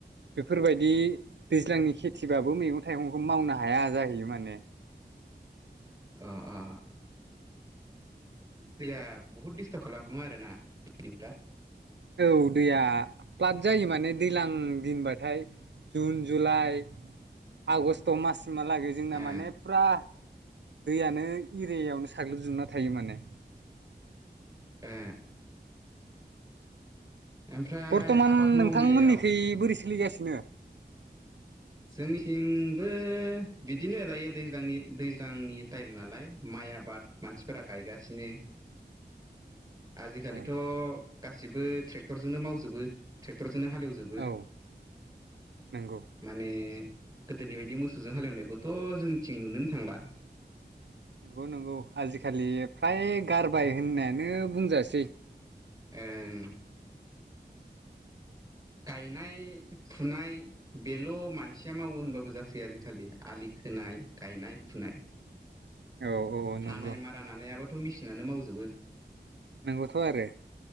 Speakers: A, on the right; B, on the right.
A: बेफोरबायदि दैज्लांनि खेथ थिबाबो मैगं थाइगंखौ मावनो हाया जाहैयो माने।
B: अ अ दैया बहुद दिस्थाफ' खालामो आरोना बिदिब्ला?
A: औ दैया प्लाट जायो माने दैज्लां दिनबाथाय जुन जुलाइ आगष्ट माससिमहालागै जोंना
B: ओ
A: माने फुरा दैयानो एरियायावनो साग्लोबजोबना थायो माने।
B: ए ओमफ्राय
A: बरथ'मान
B: आबाद मावनायाव
A: नोंथांमोननिखै बोरै सोलिगासिनो?
B: जोंनिथिंबो बिदिनो दायो दैज्लांनि दैज्लांनि टाइम नालाय माइ माइ आबाद मानसिफोरा गायगासिनो। आजिखालिथ'
A: औ
B: गासिबो ट्रेक्टरजोंनो मावजोबो ट्रेक्टर जोंनो हालेवजोबो।
A: औ नंगौ
B: माने गोदोनि बायदि मोसौजों हालेवनायखौथ' जोंनिथिं नुनोनो थांला।
A: नंगौ नंगौ आजिखालि फ्राय गारबाय होननायानो बुंजासै।
B: ओं गायनाय फुनाय बेल' मानसिया मावो होनबाबो जासै आजिखालि आलि खोनाय गायनाय फु नाय।
A: औ औ
B: हानाय
A: नंगौ
B: मारा नानायाबोथ' मेसिनानो मावजोबो।
A: नंगौथ' आरो